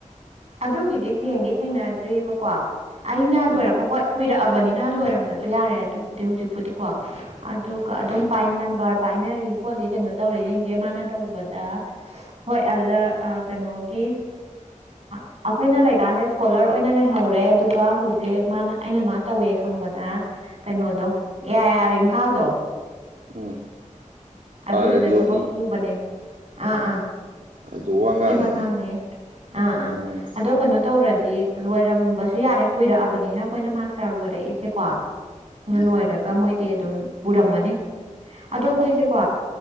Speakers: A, on the right; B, on the right.
A: ꯑꯗꯨꯒꯤꯗꯤ ꯊꯦꯡꯗꯤ ꯊꯦꯡꯅꯗ꯭ꯔꯤꯕꯀꯣ ꯑꯩꯅ ꯂꯣꯏꯔꯛꯄ
B: ꯎꯝ
A: ꯍꯣꯏ ꯀꯨꯏꯔꯛꯑꯕꯅꯤꯅ ꯂꯣꯏꯔꯝꯕꯁꯨ ꯌꯥꯔꯦ ꯑꯗꯨꯕꯨꯗꯤ ꯍꯧꯖꯤꯛꯄꯨꯗꯤꯀꯣ ꯑꯗꯨꯒ ꯑꯗꯨꯝ
B: ꯎꯝ
A: ꯄꯥꯏꯟ ꯅꯝꯕꯔ ꯄꯥꯏꯅꯔꯤ ꯈꯣꯠꯂꯤ ꯀꯩꯅꯣ ꯇꯧꯔꯤꯁꯤꯡꯁꯤꯡꯁꯦ ꯃꯥꯅ ꯇꯧꯕꯗ ꯍꯣꯏ ꯑꯗꯨꯗ ꯀꯩꯅꯣꯒꯤ ꯑ ꯑꯩꯈꯣꯏꯅ ꯂꯩꯀꯥꯟꯗ ꯏꯁꯀꯣꯂꯔ ꯑꯣꯏꯅ ꯂꯩꯍꯧꯔꯦ ꯑꯗꯨꯒ ꯍꯧꯖꯤꯛ ꯃꯥꯅ ꯑꯩꯅ ꯃꯥ ꯇꯧꯋꯦ ꯈꯪꯕꯗ ꯀꯩꯅꯣꯗꯣ ꯑꯦ ꯌꯥꯔꯦ ꯏꯝꯐꯥꯜꯗꯣ
B: ꯎꯝ
A: ꯑꯗꯨꯒꯤꯗ
B: ꯑꯥ ꯔꯦꯗꯤꯑꯣꯒꯤ
A: ꯊꯕꯛ ꯄꯨꯕꯅꯦ ꯑꯥ ꯑꯥ
B: ꯑꯗꯨ ꯋꯥ ꯉꯥꯡꯕꯅꯦ
A: ꯁꯤꯃ ꯈꯪꯉꯦ ꯑꯥ ꯑꯥ
B: ꯋꯥ ꯉꯥꯡ
A: ꯑꯗꯣ ꯀꯩꯅꯣ ꯇꯧꯔꯗꯤ ꯗꯤ ꯂꯣꯏꯔꯝꯕꯁꯨ ꯌꯥꯔꯦ ꯀꯨꯏꯔꯛꯑꯕꯅꯤꯅ ꯑꯩꯈꯣꯏꯅ ꯃꯥꯁꯇꯔ ꯂꯣꯏꯔꯛꯏꯁꯦꯀꯣ ꯂꯣꯏꯔꯒ
B: ꯎꯝ
A: ꯃꯣꯏꯗꯤ ꯑꯗꯨꯝ ꯄꯨꯔꯝꯃꯅꯤ ꯑꯗꯣ ꯑꯩꯈꯣꯏꯁꯦꯀꯣ